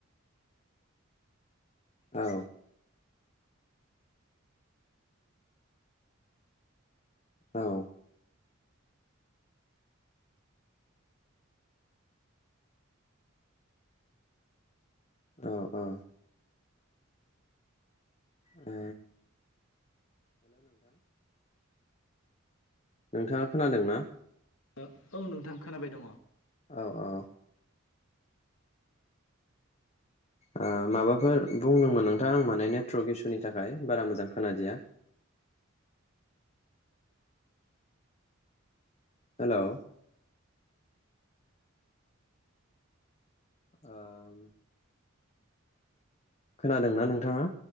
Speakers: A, on the left; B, on the left.
A: औ। औ। औ-औ। ओ नोंथाङा खोनादों ना।
B: ओ औ नोंथां खोनाबाय दंङ।
A: औ-औ। ओ माबाफोर बुंदोंमोन नोंथां आं माने नेटवर्क इसुनि थाखाय बारा मोजां खोनादिया। हेलौ। ओम खोनादोंना नोंथाङा।